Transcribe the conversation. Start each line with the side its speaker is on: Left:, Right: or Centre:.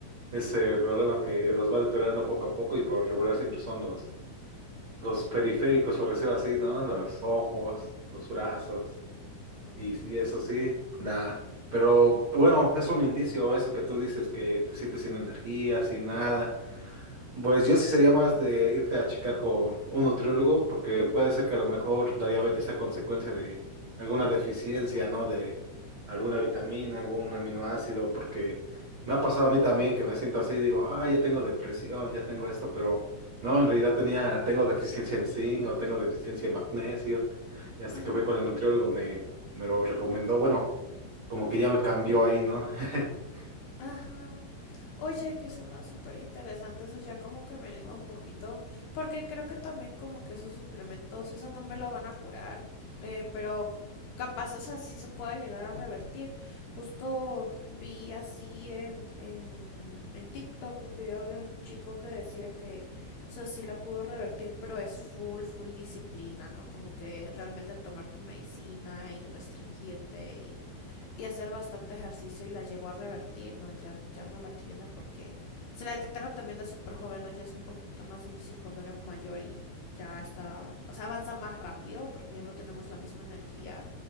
Right: ese problema que los va deteriorando poco a poco y por lo regular siempre son los, los periféricos, por decirlo así, ¿no? Los ojos, los brazos
Left: ujú,
Right: y, y eso sí, da. Pero bueno, es un indicio eso que tú dices que te sientes sin energía, sin nada. Pues yo sí sería más de irte a checar con un nutriólogo, porque puede ser que a lo
Left: ujú,
Right: mejor la diabetes sea consecuencia de alguna deficiencia, ¿no? De alguna vitamina, algún aminoácido, porque me ha pasado
Left: ujú,
Right: a mí también que me siento así, digo, ah, ya tengo depresión, ya tengo esto, pero no, en realidad tenía, tengo deficiencia en zinc o tengo deficiencia en magnesio, y hasta
Left: ajá.
Right: que fui con el nutriólogo me, me lo recomendó, bueno, como que ya me cambió ahí, ¿no? <laughs>
Left: Ajá. Oye, que suena súper interesante, eso ya como que me anima un poquito, porque creo que también como que esos suplementos, o sea, no me lo van a curar, eh, pero capaz, o sea, sí se pueda llegar a revertir. Justo vi así en, en, en TikTok un video de un chico que decía que, o sea, sí la pudo revertir, pero es full, full disciplina, ¿no? Como que realmente tomar tu medicina y restringirte y hacer bastante ejercicio y la llegó a revertir, ¿no? Y ya, ya no la tiene porque se la detectaron también de súper joven, ¿no? Ya es un poquito más difícil cuando eres mayor y ya está, o sea, avanza más rápido porque ya no tenemos la misma energía.